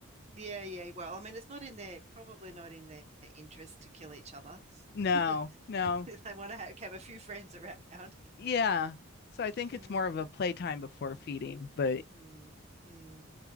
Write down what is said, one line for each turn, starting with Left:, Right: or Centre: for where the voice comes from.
Right: Yeah, yeah. Well, I mean, it's not in their probably not in their interest to kill each other.
Left: No,
Right: <laughs>
Left: no,
Right: They want to have, have a few friends around.
Left: yeah. So I think
Right: Mm,
Left: it's more of a playtime before feeding, but
Right: mm, mm.